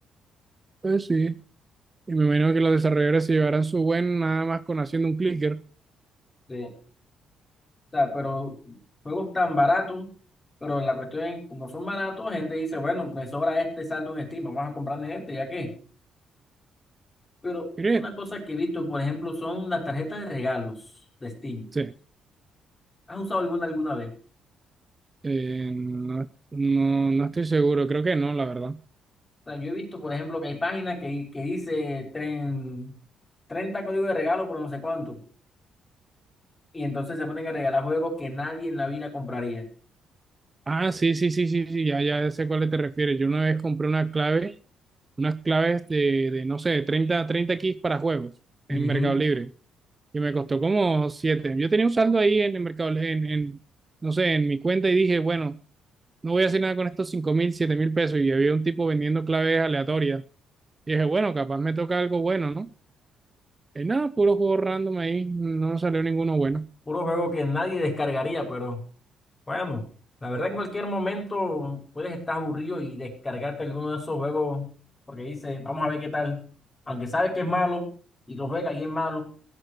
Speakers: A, on the right; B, on the left.
A: pues sí. Y me imagino que los desarrolladores se llevarán su buen nada más con haciendo un clicker.
B: Sí, o sea, pero juegos tan baratos, pero la cuestión es, como son baratos, gente dice, bueno, me sobra este saldo en Steam, vamos a comprarle este, ya qué Pero
A: Mire,
B: una cosa que he visto, por ejemplo, son las tarjetas de regalos de Steam.
A: sí.
B: ¿Has usado alguna alguna vez?
A: Eh, no, no, no estoy seguro, creo que no, la verdad.
B: O sea, yo he visto, por ejemplo, que hay páginas que, que dice tren, 30 códigos de regalo por no sé cuánto. Y entonces se ponen a regalar juegos que nadie en la vida compraría.
A: Ah, sí, sí, sí, sí, sí, ya, ya sé cuál te refieres. Yo una vez compré una clave, unas claves de, de no sé, de 30 30 keys para juegos en
B: Ujú.
A: Mercado Libre y me costó como siete Yo tenía un saldo ahí en el Mercado, Li- en, en, no sé, en mi cuenta y dije, bueno, no voy a hacer nada con estos 5 mil, 7 mil pesos y había un tipo vendiendo claves aleatorias. Y dije, bueno, capaz me toca algo bueno, ¿no? Y nada, puro juego random ahí, no salió ninguno bueno.
B: Puro juego que nadie descargaría, pero Bueno, la verdad en cualquier momento puedes estar aburrido y descargarte alguno de esos juegos porque dice, vamos a ver qué tal. Aunque sabes que es malo y lo juegas y es malo,